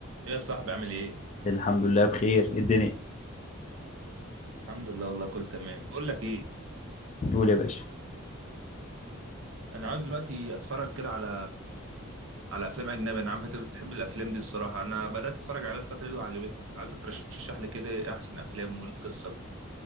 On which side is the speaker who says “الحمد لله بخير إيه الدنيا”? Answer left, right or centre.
Left